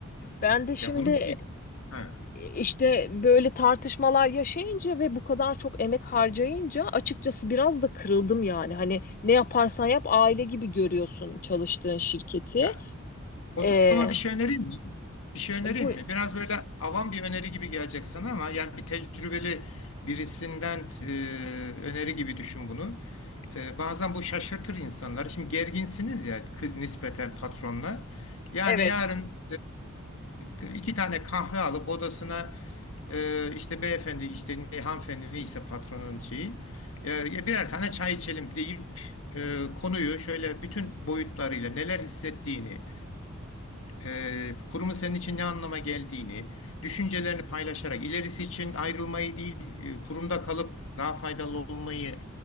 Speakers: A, on the left; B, on the left.
A: Ben de şimdi
B: Yani bunu söyleyeyim. Ha.
A: işte böyle tartışmalar yaşayınca ve bu kadar çok emek harcayınca açıkçası biraz da kırıldım yani. Hani ne yaparsan yap aile gibi görüyorsun çalıştığın şirketi.
B: Ya, o
A: Ee,
B: zaman bir şey önereyim mi? Bir şey önereyim
A: bu
B: mi? Biraz böyle avam bir öneri gibi gelecek sana ama yani bir tecrübeli birisinden e, öneri gibi düşün bunu. E, bazen bu şaşırtır insanları. Şimdi gerginsiniz ya kı- nispeten patronla. Yani
A: evet.
B: yarın e, iki tane kahve alıp odasına e, işte beyefendi işte ne, hanımefendi neyse patronun şeyi e, ya birer tane çay içelim deyip e, konuyu şöyle bütün boyutlarıyla neler hissettiğini e, kurumun senin için ne anlama geldiğini, düşüncelerini paylaşarak ilerisi için ayrılmayı değil, bir- e, kurumda kalıp daha faydalı olmayı